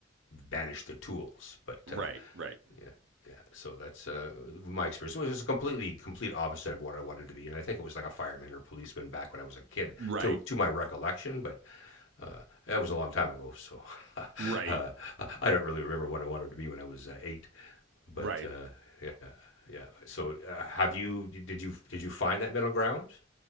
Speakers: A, on the left (about 80°); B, on the right (about 75°).
A: banish the tools. But
B: Right,
A: uh,
B: right,
A: yeah, yeah. So that's uh, my experience. It was a completely complete opposite of what I wanted to be, and I think it was like a fireman or policeman back when I was a kid,
B: right,
A: to to my recollection. But uh, that was a long time ago, so <laughs>
B: right,
A: uh, I don't really remember what I wanted to be when I was uh, eight but
B: right.
A: uh, yeah, yeah. So, uh, have you did you did you find that middle ground?